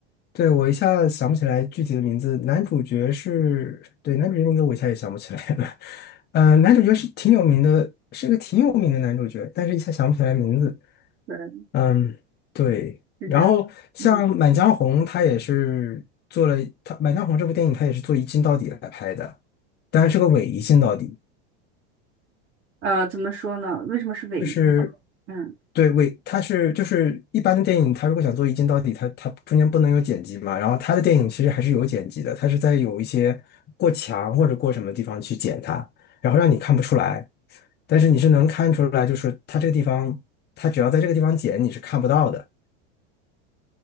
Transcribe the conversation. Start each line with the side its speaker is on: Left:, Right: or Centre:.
Left: 对，我一下想不起来具体的名字，男主角是，对，男主角名字我一下也想不起来了。<laughs> 呃，男主角是挺有名的，是个挺有名的男主角，但是一下想不起来名字。
Right: 对，
Left: 嗯，对。
Right: 是这样，
Left: 然后像《满江红》，
Right: 嗯，
Left: 他也是做了，他《满江红》这部电影，他也是做一镜到底来拍的，当然是个伪一镜到底。
Right: 呃，怎么说呢？为什么是伪一？
Left: 就是
Right: 嗯，
Left: 对尾，为它是就是一般的电影，它如果想做一镜到底，它它中间不能有剪辑嘛。然后它的电影其实还是有剪辑的，它是在有一些过墙或者过什么地方去剪它，然后让你看不出来，但是你是能看出来，就是它这个地方，它只要在这个地方剪，你是看不到的。